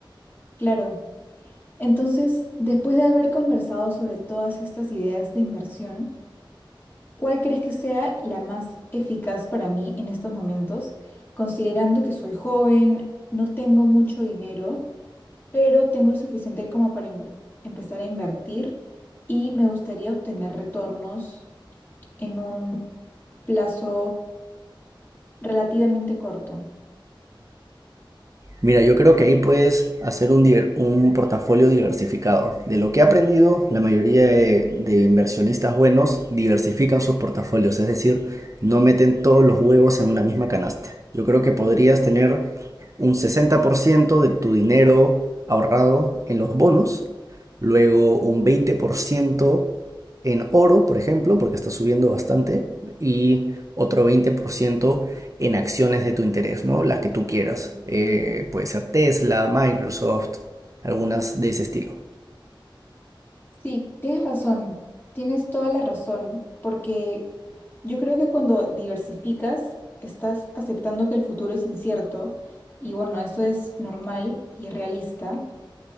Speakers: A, on the left; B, on the right.
A: Claro. Entonces, después de haber conversado sobre todas estas ideas de inversión, ¿Cuál crees que sea la más eficaz para mí en estos momentos, considerando que soy joven, no tengo mucho dinero, pero tengo el suficiente como para inver- empezar a invertir y me gustaría obtener retornos en un plazo relativamente corto?
B: Mira, yo creo que ahí puedes hacer un, diver- un portafolio diversificado. De lo que he aprendido, la mayoría de, de inversionistas buenos diversifican sus portafolios, es decir, no meten todos los huevos en una misma canasta. Yo creo que podrías tener un 60% de tu dinero ahorrado en los bonos, luego un 20% en oro, por ejemplo, porque está subiendo bastante, y otro 20% en acciones de tu interés, ¿no? Las que tú quieras. Eh, puede ser Tesla, Microsoft, algunas de ese estilo.
A: Sí, tienes razón, tienes toda la razón, porque yo creo que cuando diversificas, estás aceptando que el futuro es incierto y bueno, eso es normal y es realista.